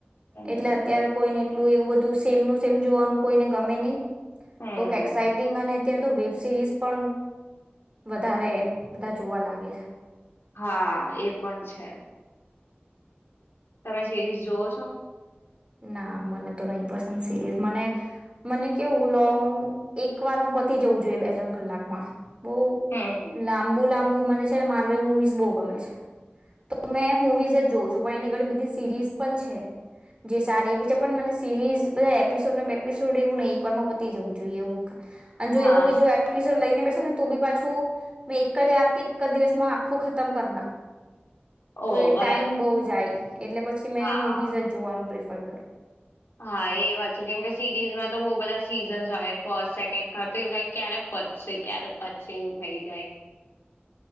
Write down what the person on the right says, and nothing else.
એટલે અત્યારે કોઈને એટલું એવું બધું સેમ નું સેમ જોવાનું કોઈને ગમે નહી
કોક એક્સાઈટિંગ અને અત્યારે તો વેબ સિરીઝ પણ વધારે બધા જોવા લાગે છે
ના મને તો નહી પસંદ સિરીઝ મને મને કેવું લોંગ એક વાર પતી જવું જોઈએ બે ત્રણ કલાકમાં બહુ
લાંબુ લાંબુ મને છેને માર્વેલ મુવીઝ બહુ ગમે છે તો મેં મુવીઝ જ જોઉં છું પણ એની ઘણી બધી સિરીઝ પણ છે જે સારી એવી છે પણ મને સિરીઝ બધા એપિસોડ ને બેપિસોડ એવું નહીં એકવારમાં બતી જવું જોઈએ એવું અને
જો એવું બીજું એપિસોડ લઈને ને તો બી પાછું મેં એક જ રાત કે એક જ દિવસમાં આખું ખતમ કરના
તો એ ટાઈમ
બહુ જાય એટલે પછી મેં
મુવીઝ જ જોવાનું પ્રિફર કર્યું